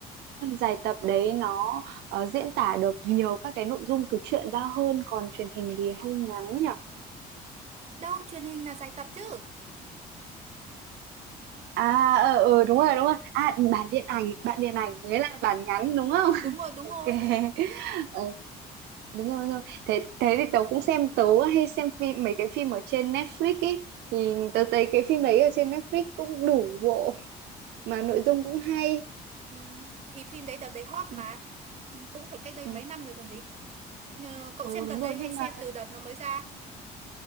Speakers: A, on the right; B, on the right.
A: ờ, dài tập đấy nó ờ, diễn tả được nhiều các cái nội dung từ truyện ra hơn còn truyền hình thì hơi ngắn nhỉ.
B: Đâu, truyền hình là dài tập chứ.
A: À ờ ờ đúng rồi đúng rồi. À bản điện ảnh, bản điện ảnh mới là bản ngắn đúng không?
B: Đúng rồi,
A: <laughs>
B: đúng
A: Ok.
B: rồi.
A: Ờ, đúng rồi, đúng rồi. Thế thế thì tớ cũng xem tớ hay xem phim mấy cái phim ở trên Netflix ý thì tớ thấy cái phim đấy ở trên Netflix cũng đủ bộ mà nội dung cũng hay.
B: Ừm, thì phim đấy đợt đấy hot
A: Ừ,
B: mà. Ừm, cũng phải cách đây
A: ừ.
B: mấy năm rồi còn gì. Ờ, cậu
A: Ừ
B: xem gần
A: đúng rồi
B: đây
A: nhưng
B: hay xem
A: mà
B: từ đợt nó mới ra?